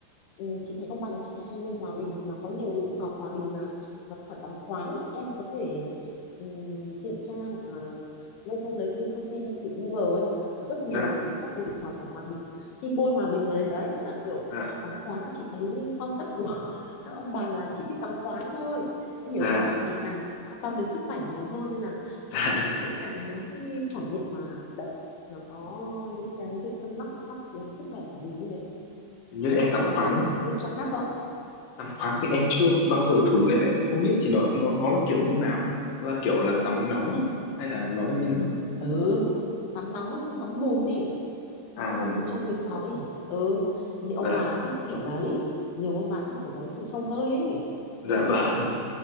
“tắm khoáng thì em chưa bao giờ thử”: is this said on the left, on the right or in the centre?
Left